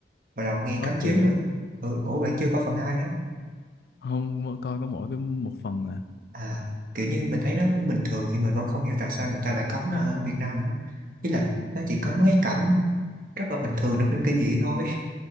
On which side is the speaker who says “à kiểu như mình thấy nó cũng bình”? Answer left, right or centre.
Right